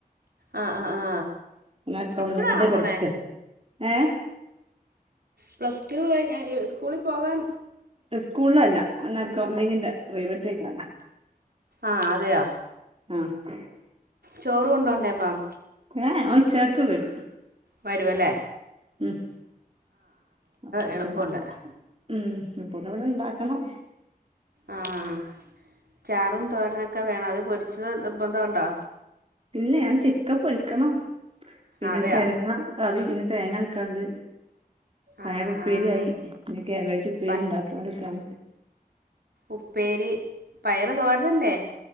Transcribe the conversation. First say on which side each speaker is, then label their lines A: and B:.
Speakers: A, on the right; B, on the right.
A: ആ ആ ആ
B: ന് അക്കൗണ്ടിങ്ന്റെ
A: ഇപ്പഴാണോ പോണേ
B: പഠിക്കേ ഏഹ്
A: പ്ലസ് ടു കഴിഞ്ഞ അ ഇ സ്കൂളി പോവാൻ
B: സ്കൂളിലല്ല ഒന ക്കൗണ്ടിങ്ങിന്റെ പ്രൈവറ്റായി പോണ
A: ആഹ് അതെയോ
B: ആഹ്
A: ചോറ് കൊണ്ടോണ്ടേപം
B: ഏ ഓൻ ഉച്ചകക്ക് വരും
A: വരുവലേ
B: ഉം അപ്പോത്
A: എളുപ്പമുണ്ട്
B: ന് ഉം അപ്പന്നവ്ടെ ഇണ്ടാക്കണം
A: ആഹ് ചാറും തോരനൊക്കെ വേണൊ അത് പൊരിച്ചത് നിർബദ്ധൊണ്ടൊ
B: ഇല്ലാ ഞാൻ ചിക്കപ്പൊരിക്കണം പിന്നെ
A: അതെയോ
B: ചെരങ്ങ ക കറി ഇനി തേങ്ങ അരക്കാണ്ട് പയറുപ്പേരി
A: ആഹ് ആഹ്
B: ആയി ഇനി കാബ്ബേജ് ഉപ്പേരി
A: പ
B: ഇണ്ടാക്കൊണ്ട്ക്കാണ്
A: ഉപ്പേരി പയറ് തോരനല്ലേ